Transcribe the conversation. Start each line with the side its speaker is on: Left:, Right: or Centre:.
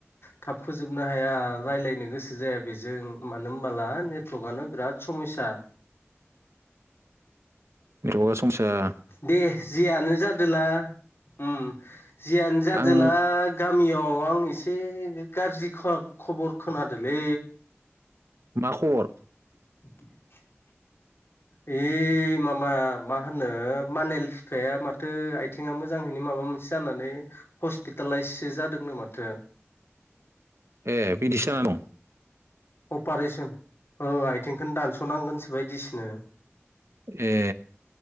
Left: थाब फोजोबनो हाया रायज्लायनो गोसो जाया बेजों मानो होनबोला नेटवर्कआनो बिराद समाइसा
Right: <unintelligible>
Left: दे जियानो जादोला ओम जियानो जादोला
Right: आं
Left: गामियाव आं एसे गाज्रि खबर खोनादोलै
Right: मा खबर?
Left: <inaudible> ओइ मामा मा होनो मानेल फिफाया माथो आ आथिंया मोजाङैनो माबा मोनसे जानानै हस्पिटालाइससो जादोंनो माथो
Right: ए बिदिसो जाना दं
Left: अपारेसन औ आथिंखौनो दानस'नांगोनसो बादिसोनो
Right: ए